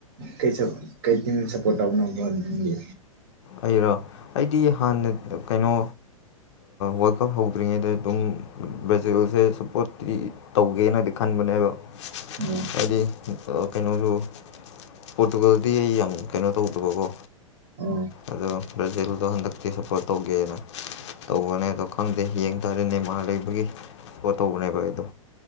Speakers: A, on the right (about 45°); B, on the left (about 55°).
A: ꯀꯁꯨ ꯀ ꯁꯞꯄꯣꯔꯠ ꯇꯧꯕꯣꯒꯤ
B: ꯑꯩꯔꯣ ꯑꯩꯗꯤ ꯍꯥꯟꯅ ꯀꯩꯅꯣ ꯋꯥꯔꯜ ꯀꯞ ꯍꯧꯗ꯭ꯔꯤꯉꯩꯗ ꯑꯗꯨꯝ ꯕ꯭ꯔꯥꯖꯤꯜꯁꯦ ꯁꯞꯄꯣꯔꯠꯇꯤ ꯇꯧꯒꯦꯅꯗꯤ ꯈꯟꯕ ꯅꯦꯕ
A: ꯑꯣ
B: ꯍꯥꯏꯗꯤ ꯀꯩꯅꯣꯁꯨ ꯄꯣꯔꯠꯇꯨꯒꯜꯗꯤ ꯑꯩ ꯌꯥꯝ ꯀꯩꯅꯣ ꯇꯧꯗꯕꯀꯣ
A: ꯎꯝ
B: ꯑꯗꯣ ꯕ꯭ꯔꯥꯖꯤꯜꯗꯣ ꯍꯟꯗꯛꯇꯤ ꯁꯞꯄꯣꯔꯠ ꯇꯧꯒꯦꯅ ꯇꯧꯕꯅꯦ ꯑꯗꯣ ꯈꯪꯗꯦ ꯌꯦꯡ ꯇꯥꯔꯗꯤ ꯅꯦꯃꯥꯔ ꯂꯩꯕꯒꯤ ꯄꯣꯠ ꯇꯧꯕꯅꯦꯕ ꯑꯩꯗꯣ